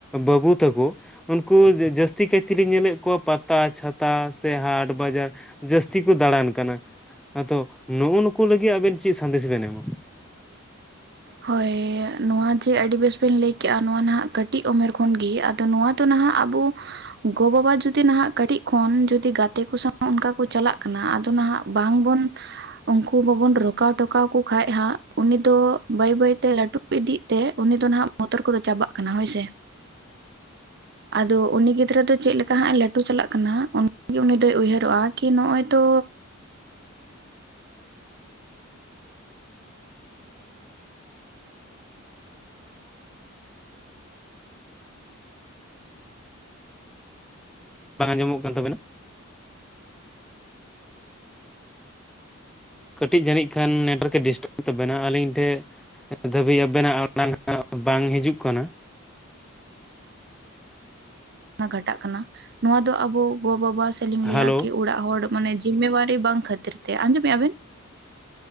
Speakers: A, in the centre; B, on the right.
A: ᱵᱟᱹᱵᱩ ᱛᱟᱠᱚ ᱩᱱᱠᱩ ᱡᱟᱹᱥᱛᱤ ᱠᱟᱭᱛᱮᱞᱤᱧ ᱧᱮᱞᱮᱜ ᱠᱚᱣᱟ ᱯᱟᱛᱟ ᱪᱷᱟᱛᱟ ᱥᱮ ᱦᱟᱴ ᱵᱟᱡᱟᱨ ᱡᱟᱹᱥᱛᱤ ᱠᱚ ᱫᱟᱬᱟᱱ ᱠᱟᱱᱟ, ᱟᱫᱚ ᱱᱩ ᱱᱩᱠᱩ ᱞᱟᱹᱜᱤᱫ ᱟᱵᱮᱱ ᱪᱮᱫ ᱥᱟᱸᱫᱮᱥ ᱵᱮᱱ ᱮᱢᱟ᱾
B: ᱦᱳᱭ ᱱᱚᱣᱟ ᱡᱮ ᱟᱹᱰᱤ ᱵᱮᱥ ᱵᱮᱱ ᱞᱟᱹᱭᱠᱮᱜᱼᱟ ᱱᱚᱣᱟ ᱱᱟᱦᱟᱜ ᱠᱟᱹᱴᱤᱡ ᱩᱢᱮᱨ ᱠᱷᱚᱱᱜᱤ ᱟ ᱫᱚ ᱱᱚᱣᱟ ᱫᱚ ᱱᱟᱦᱟᱜ ᱟᱵᱩ ᱜᱚ ᱵᱟᱵᱟ ᱡᱩᱫᱤ ᱱᱟᱦᱟᱸᱜ ᱠᱟᱹᱴᱤᱡ ᱠᱷᱚᱱ ᱡᱩᱫᱤ ᱜᱟᱛᱮ ᱠᱚ ᱥᱟᱶ ᱚᱱᱠᱟ ᱠᱚ ᱪᱟᱞᱟᱜ ᱠᱟᱱᱟ, ᱟᱫᱚ ᱱᱟᱦᱟᱸᱜ ᱵᱟᱝᱵᱩᱱ ᱩᱝᱠᱩ ᱵᱟᱵᱚᱱ ᱨᱚᱠᱟᱣ ᱴᱚᱠᱟᱣᱠᱚ ᱠᱷᱟᱡ ᱦᱟᱸᱜ ᱩᱱᱤ ᱫᱚ ᱵᱟᱹᱭ ᱵᱟᱹᱭᱛᱮ ᱞᱟᱹᱴᱩ ᱤᱫᱤᱜ ᱛᱮ ᱩᱱᱤ ᱫᱚ ᱱᱟᱦᱟᱸᱜ ᱵᱚᱛᱚᱨ ᱠᱚᱫᱚ ᱪᱟᱵᱟᱜ ᱠᱟᱱᱟ ᱦᱳᱭ ᱥᱮ᱾
A: ᱚ
B: ᱟᱫᱚ ᱩᱱᱤ ᱜᱤᱫᱽᱨᱟᱹ ᱫᱚ ᱪᱮᱫ ᱞᱮᱠᱟ ᱦᱟᱸᱜ ᱞᱟᱹᱴᱩ ᱪᱟᱞᱟᱜ ᱠᱟᱱᱟ, ᱚᱱᱟᱜᱮ ᱩᱱᱤ ᱫᱚᱭ ᱩᱭᱦᱟᱹᱨᱚᱜᱼᱟ ᱠᱤ ᱱᱚᱜᱼᱚᱭ ᱛᱚ
A: ᱵᱟᱝ ᱟᱸᱡᱚᱢᱚᱜ ᱠᱟᱱ ᱛᱟᱵᱮᱱᱟ᱾ ᱠᱟᱹᱴᱤᱡ ᱡᱟᱹᱱᱤᱡ ᱠᱷᱟᱱ ᱱᱮᱴᱣᱟᱨᱠ ᱰᱤᱥᱴᱟᱵ ᱛᱟᱵᱮᱱᱟ ᱟᱹᱞᱤᱧ ᱴᱷᱮᱡ ᱱᱤᱛ ᱫᱷᱟᱹᱵᱤᱡ ᱟᱵᱮᱱᱟᱜ ᱟᱲᱟᱝ ᱵᱟᱝ ᱦᱤᱡᱩᱜ ᱠᱟᱱᱟ᱾
B: ᱚᱱᱟ ᱜᱷᱟᱴᱟᱜ ᱠᱟᱱᱟ ᱱᱚᱣᱟ ᱫᱚ ᱟᱵᱚ ᱜᱚ ᱵᱟᱵᱟ ᱥᱮᱞᱤᱧ ᱞᱟᱹᱭᱟ
A: ᱦᱮᱞᱳ
B: ᱠᱤ ᱚᱲᱟᱜ ᱦᱚᱲ ᱢᱟᱱᱮ ᱡᱤᱢᱮᱣᱟᱨᱤ ᱵᱟᱝ ᱠᱷᱟᱹᱛᱤᱨ ᱛᱮ, ᱟᱸᱡᱚᱢᱮᱜᱼᱟ ᱵᱮᱱ?